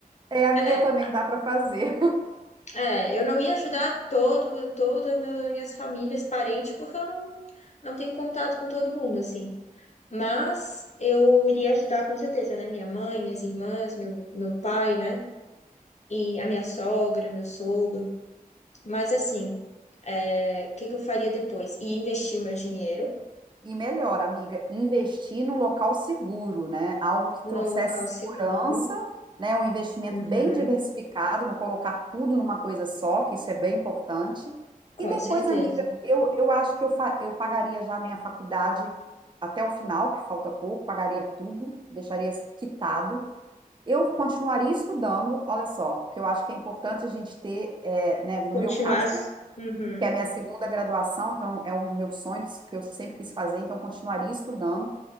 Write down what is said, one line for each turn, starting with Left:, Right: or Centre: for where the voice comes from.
Right: É, a minha
Left: É,
Right: também dá para fazer.
Left: É, eu não ia ajudar todo, toda meu- minhas famílias, parentes, porque eu não, não tenho contato com todo mundo, assim. Mas eu iria ajudar com certeza, né? Minha mãe, minhas irmãs, meu, meu pai, né? E a minha sogra, meu sogro. Mas assim, é, o que que eu faria depois? E investir o meu dinheiro
Right: E melhor, amiga, investir num local seguro, né? Algo que
Left: num
Right: trouxesse
Left: local seguro.
Right: segurança, né? Um investimento
Left: Uhum,
Right: bem diversificado, não colocar tudo numa coisa só, que isso é bem importante.
Left: com
Right: E depois,
Left: certeza.
Right: amiga, eu, eu acho que eu, fa- eu pagaria já a minha faculdade até o final, que falta pouco, pagaria tudo, deixaria quitado. Eu continuaria estudando, olha só, porque eu acho que é importante a gente ter, é, né, no
Left: Continuar.
Right: meu caso,
Left: s- Uhum.
Right: que é a minha segunda graduação, então é o meu sonho que que eu sempre quis fazer, então eu continuaria estudando